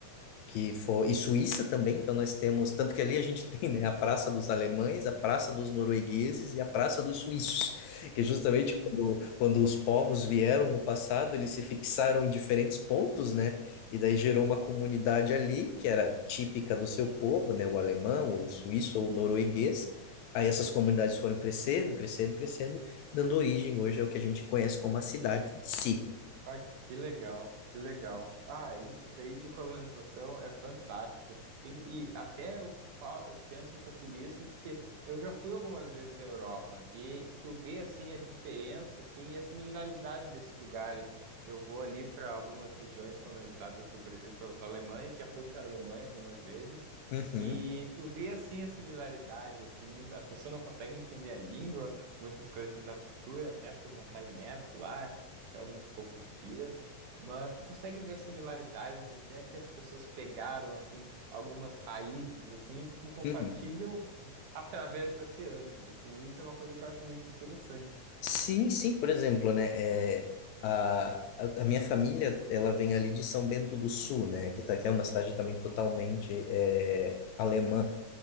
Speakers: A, on the left; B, on the right.
A: que foi e Suíça também, então nós temos, tanto que ali a gente <laughs> tem, né, a Praça dos Alemães, a Praça dos Noruegueses e a Praça dos Suíços, que é justamente
B: sim,
A: quando, quando os povos vieram no passado, eles se fixaram em diferentes pontos, né, e daí gerou uma comunidade ali que era típica do seu povo, né, o alemão, ou o suíço, ou o norueguês, aí essas comunidades foram crescendo, crescendo, crescendo, dando origem hoje ao que a gente conhece como a cidade
B: sim.
A: em si.
B: Ah, que legal, que legal. Ah, isso daí de colonização é fantástico. E, e até eu, falo, eu penso um pouco nisso, porque eu já fui algumas vezes à Europa e tu vê assim a diferença assim, e a similaridade desses lugares. Eu vou ali para algumas regiões colonizadas do Brasil pelos alemães, já fui para a Alemanha algumas vezes.
A: Uhum,
B: E tu vê assim a similaridade, assim, a pessoa não consegue entender a língua, muitas coisas da cultura, até por não estar imerso lá, ficar alguns poucos dias, mas tu consegue ver as similaridades de onde é que as pessoas pegaram assim algumas raízes assim e compartilham
A: uhum.
B: através de oceanos, assim. Isso é uma coisa que eu acho muito interessante.
A: Sim, sim, por exemplo, né, é, a, a, a minha família, ela vem ali de São Bento do Sul, né, que, tá, que é uma cidade também totalmente é, alemã,